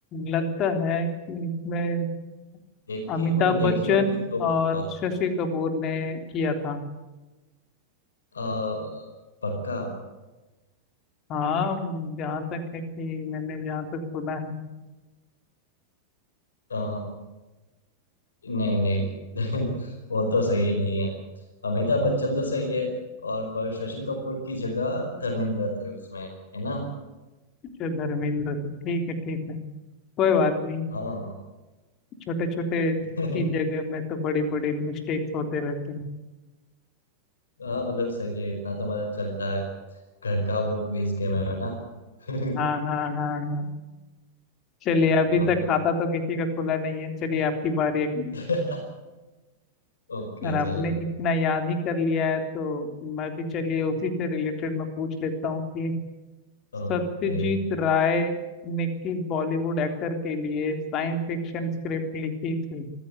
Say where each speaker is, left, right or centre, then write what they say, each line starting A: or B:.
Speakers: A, on the left; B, on the left.
A: लगता है कि इसमें
B: देखी
A: अमिताभ
B: मतलब देखी
A: बच्चन
B: होगी तो
A: और
B: पता होता
A: शशि कपूर ने किया था
B: अ, पक्का
A: हाँ जहाँ तक है कि मैंने जहाँ तक सुना है
B: अ, नहीं नहीं <laughs> वो तो सही नहीं है अमिताभ बच्चन तो सही है और पर शशि कपूर की जगह धर्मेंद्र थे उसमें है ना
A: जो धर्मेंद्र थे ठीक है ठीक है कोई बात नहीं
B: हाँ
A: छोटे छोटे
B: <laughs>
A: चीज जगह में तो बड़ी बड़ी मिस्टेक्स होते रहते हैं
B: हाँ मतलब सही है इतना तो मतलब चलता है घर का वो क्विज गेम है ना <laughs> अ,
A: हाँ हाँ हाँ हाँ चलिए अभी
B: तो
A: तक
B: फिर
A: खाता तो किसी का खुला नहीं है चलिए आपकी बारी है
B: <laughs> ओके
A: और आपने
B: चलो
A: इतना याद ही कर लिया है तो मैं भी चलिए उसी से रिलेटेड मैं पूछ लेता हूँ कि
B: ओके
A: सत्यजीत राय ने किस बॉलीवुड एक्टर के लिए साइंस फिक्शन स्क्रिप्ट लिखी थी